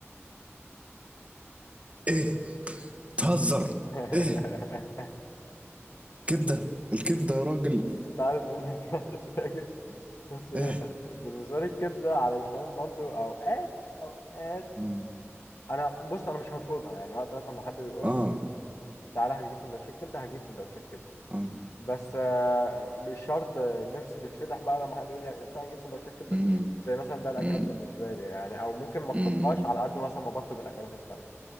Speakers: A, on the right (about 25°); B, on the left (about 70°).
A: إيه! بتهزر!
B: <laughs>
A: إيه! كبدة! الكبدة يا راجل!
B: كنت عارف انك هتتفاجئ بس هي
A: إيه!
B: بالنسبة لي الكبدة علشان برضو اوقات اوقات
A: آه.
B: انا بص انا مش هرفضها يعني وقت مثلا ما حد بيقول
A: آه،
B: لي تعالى هنجيب سندوتشات كبده هجيب سندوتشات كبده
A: آه،
B: بس آه، مش شرط آه، نفسي تتفتح بقى لما حد يقول لي تعالى نجيب سندوتشات كبده
A: إمم،
B: زي مثلا بقى الاكلات
A: إمم،
B: بالنسبه لي يعني او ممكن ما اطلبهاش
A: إمم،
B: على قد مثلا ما بطلب الاكلات التانيه